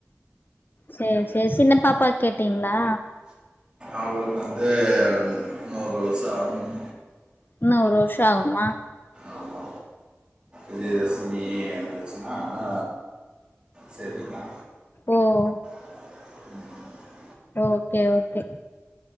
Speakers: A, on the left; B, on the right.
A: சேர் சேரி சின்ன பாப்பாவ கேட்டீங்ளா
B: அவனுக்கு வந்து இன்னொறு வருஷோ ஆவுனு
A: இன்னு ஒரு வருஷோ ஆகுனுமா
B: ஆமா இது வந்துச்சுன்னா ஆனா சேத்திக்லா
A: ஓஹ்
B: <unintelligible>
A: ஓகே ஓகே